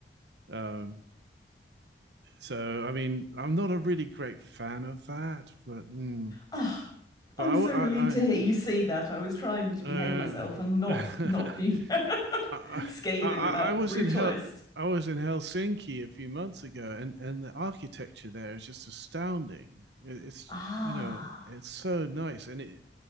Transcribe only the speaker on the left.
Ah, I'm
so relieved to
hear you see that. I was trying to behave
myself and not
not be <laughs>
scathing
about
Brutalist.
Ah,